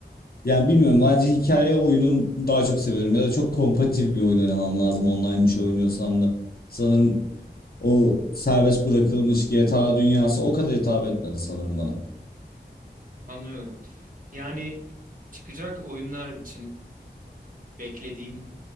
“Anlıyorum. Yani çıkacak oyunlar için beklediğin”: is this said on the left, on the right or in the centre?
Right